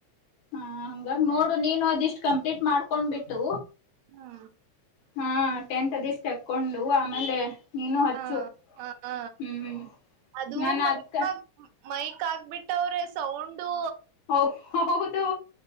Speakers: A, on the left; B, on the right.
A: ಆ ಹಂಗಾಗ್ ನೋಡು ನೀನು ಅದ್ ಇಷ್ಟ್ ಕಂಪ್ಲೀಟ್ ಮಾಡ್ಕೊಂಡ್ ಬಿಟ್ಟು
B: ಹಾ.
A: ಹಾ ಟೆಂತ್ ಡಿಸ್ಕ್ ಕೊಂಡು ಆಮೇಲೆ ನೀನು ಹಚ್ಚು.
B: ಹ ಹ ಹ
A: ಹ್ಮಹ
B: ಅದು
A: ನಾನ್
B: ಮೈಕ್
A: ಅಕ್
B: ಮೈಕ್ ಆಕ್ಬಿಟ್ಟವ್ರೆ ಸೌಂಡು
A: ಓಹ್ ಹೊ ಹೌದು.